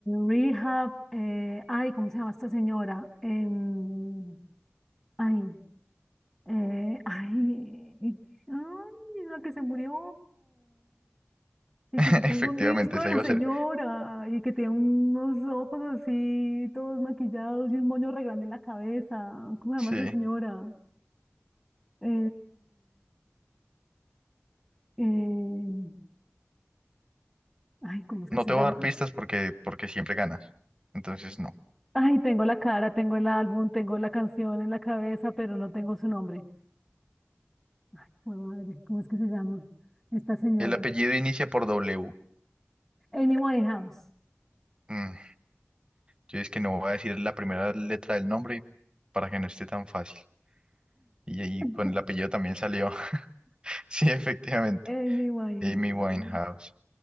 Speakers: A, in the centre; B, on the right.
A: Rehab, eh, ay, ¿cómo se llama esta señora? Em, ay, eh, ay, ay, la que se murió. Y
B: <laughs>
A: que yo
B: Efectivamente,
A: tengo un disco
B: esa
A: de la
B: iba
A: señora
B: a ser.
A: y que tiene unos ojos así, todos maquillados y un moño re grande en la cabeza. ¿Cómo se
B: Sí,
A: llama esa señora? Eh eh ay, ¿cómo es que
B: no
A: se
B: te
A: llama?
B: voy a dar pistas porque, porque siempre ganas. Entonces, no.
A: Ay, tengo la cara, tengo el álbum, tengo la canción en la cabeza, pero no tengo su nombre. Ay, jue madre, ¿cómo es que se llama esta señora?
B: El apellido inicia por W.
A: Amy Winehouse.
B: Mm, yo es que no voy a decir la primera letra del nombre para que no esté tan fácil. Y, y
A: <laughs>
B: con el apellido también salió. <laughs> Sí, efectivamente.
A: Amy Winehouse.
B: Amy Winehouse.